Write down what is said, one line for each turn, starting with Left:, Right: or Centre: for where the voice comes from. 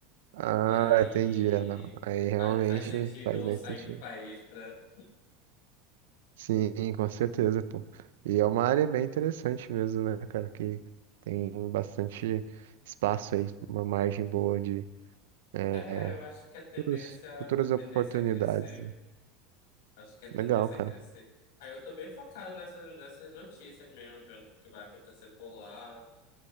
Right: Ah,
Left: E aí
Right: entendi. É, não. Aí realmente
Left: faz, faz sentido
Right: faz
Left: eu
Right: mais
Left: sair
Right: sentido.
Left: do país para
Right: Sim, com certeza, pô. E é uma área bem interessante mesmo, né, cara? Que tem bastante espaço aí, uma margem boa de eh,
Left: É, eu acho que a tendência,
Right: futuros- futuras
Left: a tendência
Right: oportunidades.
Left: é crescer. Acho que a
Right: Legal,
Left: tendência
Right: cara.
Left: é crescer. Aí eu tô bem focado nessa, nessas notícias mesmo, vendo o que vai acontecer por lá.